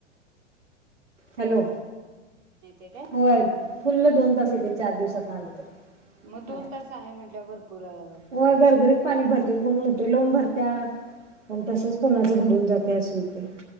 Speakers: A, on the right (about 80°); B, on the right (about 40°).
A: हॅलो
B: नाही ते काय
A: होय फुल्ल दोन तास येतेय चार दिवसातन आले तर
B: मग दोन तास आहे म्हटल्यावर भरपूर
A: होय
B: असेल
A: गरगरीत पाणी भरतय फुल्ल ते लाऊन भरतात पण तसच कोणाच भरून जातय अस होतेय